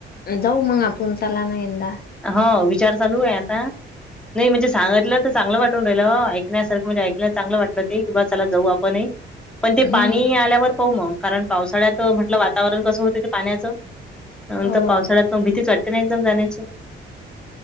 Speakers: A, on the left (about 50°); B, in the centre.
A: जाऊ मग आपण चला ना यंदा.
B: हो विचार चालू आहे आता. नाही म्हणजे सांगितल तर चांगल वाटून राहिल ऐकण्यासारख म्हणजे ऐकाल्यावर चांगल वाटल ते. की बा चला जाऊ आपणही. पण ते
A: हम्म
B: पाणी आल्यावर पाहू मग कारण पावसाळ्यात म्हटल वातावरण कस होत ते पाण्याच. नंतर
A: हो
B: पावसाळ्यात पण भीतीच वाटते ना एकदम जाण्याची.